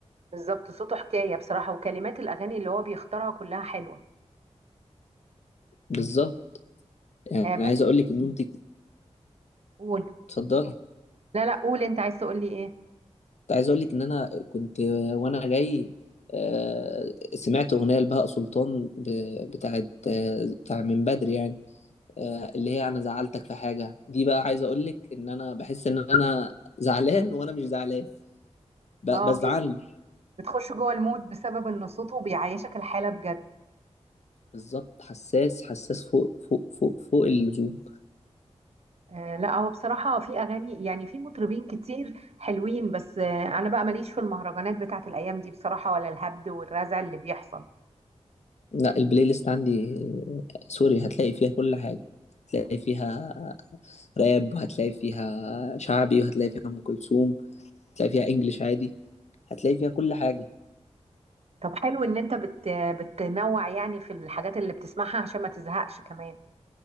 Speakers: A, on the right; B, on the left.
A: بالظبط صوته حكاية بصراحة وكلمات الأغاني اللي هو بيختارها كلها حلوة
B: بالظبط يعني
A: آه
B: عايز
A: بس
B: اقول لك ان انت
A: قول
B: اتفضلي
A: لا لا قول أنت عايز تقول لي إيه
B: كنت عايز اقول لك ان انا كنت وانا جاي آه، سمعت اغنيه لبهاء سلطان ب- بتاعت آه، بتاع من بدري يعني آه، اللي هي انا زعلتك في حاجه دي بقى عايز اقول لك ان انا بحس ان انا زعلان وانا مش زعلان ب-
A: اه
B: بزعل
A: بتخش جوه المود بسبب ان صوته بيعيشك الحاله بجد
B: بالظبط حساس حساس فوق فوق فوق فوق اللزوم
A: آه لا هو بصراحه في اغاني يعني في مطربين كتير حلوين بس آه انا بقى ماليش في المهرجانات بتاعت الايام دي بصراحه ولا الهبد والرزع اللي بيحصل
B: لا البلاي ليست عندي آه، سوري هتلاقي فيها كل حاجه هتلاقي فيها راب وهتلاقي فيها شعبي وهتلاقي فيها ام كلثوم هتلاقي فيها انجليش عادي هتلاقي فيها كل حاجة
A: طب حلو ان انت بت بتنوع يعني في الحاجات اللي بتسمعها عشان ما تزهقش كمان